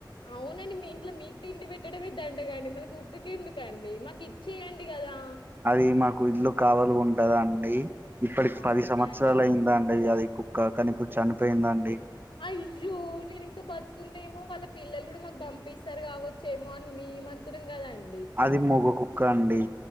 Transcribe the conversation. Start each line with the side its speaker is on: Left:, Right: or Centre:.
Left: అవునండి మీ ఇంట్లో మీకు తిండి పెట్టడమే దండగండి. మళ్ళ కుక్కకు ఎందుకు? కండి మాకు ఇచ్చేయండి గదా.
Right: అది మాకు ఇల్లు కావాలిగుంటదండి. ఇప్పటికి
Left: అవునా
Right: పది సంవత్సరాలు
Left: అండి.
Right: అయిందా అండి అది కుక్క కని ఇప్పుడు చనిపోయిందండి?
Left: అయ్యోయ్యో నేను ఇంకా బతుకుందేమో వాళ్ళ పిల్లలు కూడా మాకు పంపిస్తారు కావొచ్చేమో అని మీ మీ మనుకున్నం కదండి
Right: అది మొగ కుక్క అండి.